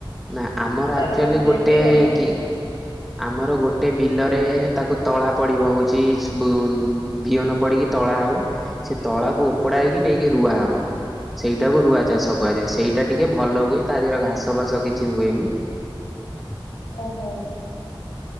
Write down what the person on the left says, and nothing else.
ସାର
ଫାର ଦିଅନ୍ତି
ଗଛ
ହୁଏ।
ଓହୋଃ।